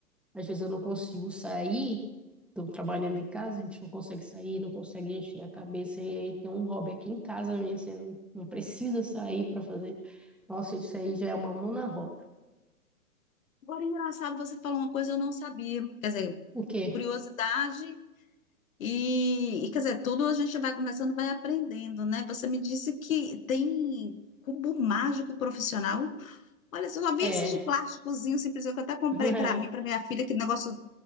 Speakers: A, in the centre; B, on the left (about 60°).
A: Às vezes eu não consigo sair, estou trabalhando em casa, a gente não consegue sair, não consegue encher a cabeça, e aí tem um hobby aqui em casa, minha, você não, não precisa sair para fazer. Nossa, isso aí já é uma mão na roda.
B: Agora, engraçado, você falou uma coisa que eu não sabia. Quer dizer,
A: O quê?
B: curiosidade e, e, quer dizer, tudo a gente vai conversando, vai aprendendo, né? Você me disse que tem cubo mágico profissional. Olha, eu só vi
A: É,
B: esses de plásticozinho simples que eu até comprei
A: <laughs>
B: para mim, para minha filha, que negócio